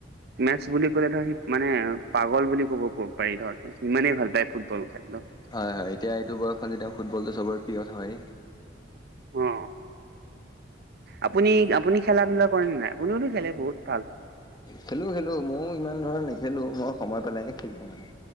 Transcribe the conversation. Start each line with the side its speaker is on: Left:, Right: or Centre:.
Right: মেটছ বুলি ক'লে ধৰ সি মানে পাগল বুলি ক'ব পাৰি ধৰ। সিমানেই ভাল পায় ফুটবল খেললে।
Left: হয়, হয় এতিয়া এইটো বয়সত যেতিয়া ফুটবলটো চবৰে প্ৰিয় হয়।
Right: অ, আপুনি, আপুনি খেলা-ধূলা কৰেনে নাই আপুনিওতো খেলে বহুত ভাল।
Left: খেলো, খেলো মইও ইমান ধৰা নেখেলো মই সময় পেলাইহে খেলো মানে।